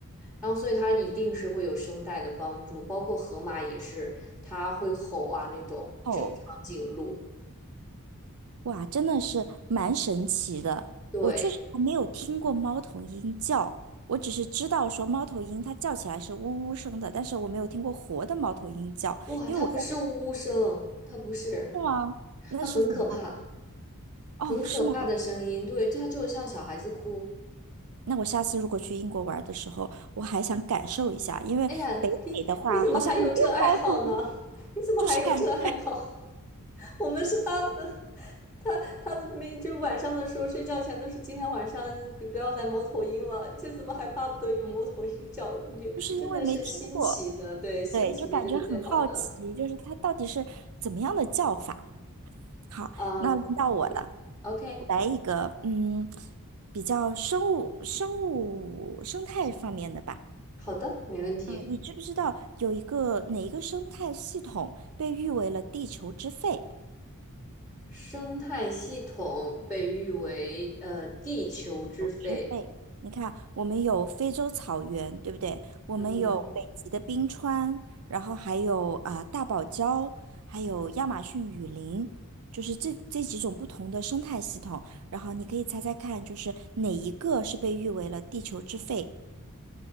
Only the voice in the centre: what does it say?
然后，所以它一定是会有声带的帮助，包括河马也是，它会吼啊那种。
只有长颈鹿，
对，
哇，
它不是呜呜声，它不是，
它很可怕，
很可怕的声音。
对，它就像小孩子哭，
哎呀，你你怎么还有这爱好呢？<laughs> 你怎么还有这爱好？
<laughs> 我们是巴不得他他每就是晚上的时候睡觉前都是今天晚上不不要来猫头鹰了，这怎么还巴不得有猫头鹰叫？也真的是新奇的，
对，新奇的就是最好的。
嗯，OK
OK，
好的，没问题。
生态系统被誉为呃地球之肺。
嗯。